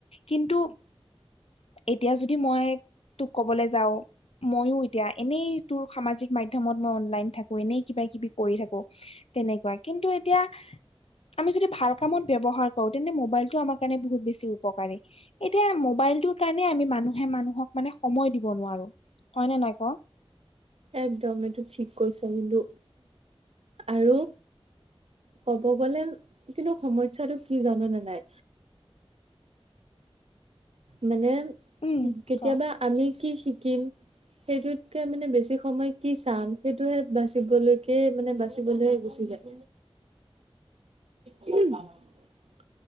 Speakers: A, on the left; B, on the right.
A: কিন্তু এতিয়া যদি মই তোক কবলৈ যাও মইয়ো এতিয়া এনেই তোৰ সামাজিক মাধ্যয়মত মই অনলাইন থাকো এনেই কিবা কিবি কৰি থাকো তেনেকুৱা কিন্তু এতিয়া আমি যদি ভাল কামত ব ব্যৱহাৰ কৰোঁ তেন্তে মোবাইলটো আমাৰ কাৰণে বহুত বেছি উপকাৰী এতিয়া মবাইলটোৰ কাৰণে আমি মানুহে মানুহক মানে সময় দিব নোৱাৰো হয় নে নাই ক
B: একদম এইটো ঠিক কৈছা কিন্তু আৰু ক'ব গলে কিন্তু সমস্যাটো কি জান নে নাই? মানে
A: উম
B: কেতিয়াবা
A: ক
B: আমি কি শিকিম সেইটোতকে মানে বেছি সময় কি চাম সেইটোহে বাচিবলৈকে মানে বাচিবলৈ গুচি যায়। <unintelligible>